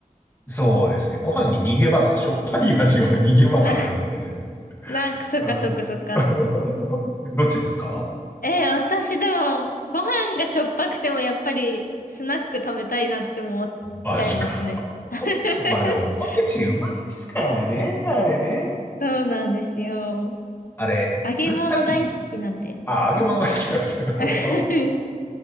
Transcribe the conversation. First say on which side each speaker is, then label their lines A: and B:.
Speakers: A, on the left; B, on the left.
A: そうですね。ご飯に逃げ場が、しょっぱい味は逃げ場があるんで。
B: あ、なんか、そうか、
A: うん
B: そうか、そうか。
A: <laughs>。どっちですか
B: えー、私でも、ご飯がしょっぱくても、やっぱり、スナック食べたいなって思っちゃいますね。
A: マジか。
B: <laughs>
A: まあでも、ポテチうまいっすからね、あれね。
B: そうなんですよ。
A: あれ、
B: 揚げ物大好きなんで。
A: んさっき、あ、揚げ物が好きなんですよ。<laughs>
B: <laughs>